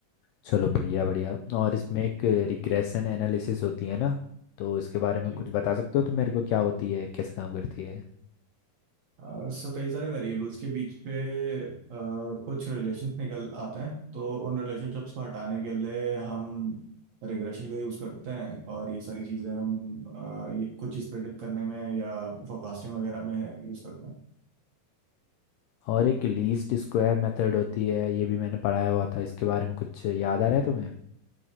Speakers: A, on the left (about 85°); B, on the right (about 65°).
A: चलो बढ़िया बढ़िया और इसमें एक रिग्रेशन एनालिसिस होती है ना तो इसके बारे में
B: जी
A: कुछ बता सकते हो तुम मेरे को क्या होती है कैसे काम करती है
B: अ, सो कई सारे वेरिएबल्स के बीच पे अ, कुछ रिलेशन निकल आते हैं तो उन रिलेशनशिप्स को हटाने के लिए हम रिग्रेशन का यूज करते हैं और ये सारी चीजें हम अ, ये कुछ चीज प्रेडिक्ट करने में या फोरकास्टिंग वगैरह में यूज करते हैं
A: और एक लीस्ट स्क्वायर मेथड होती है ये भी मैंने पढ़ाया हुआ था इसके बारे में कुछ याद आ रहा है तुम्हें